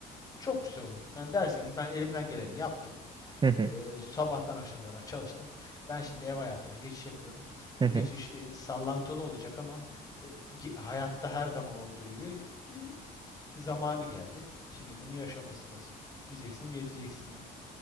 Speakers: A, on the left; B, on the right.
A: çok güzel olur. Yani dersin ki ben elimden geleni yaptım.
B: Hı hı,
A: E, sabahtan akşama kadar çalıştım. Ben şimdi ev hayatına geçiş yapıyorum. Bu
B: hı hı.
A: geçiş e, sallantılı olacak ama e, hayatta her zaman olduğu gibi e, zamanı geldi. Şimdi bunu yaşama sırası. Diyeceksin, geçeceksin yani.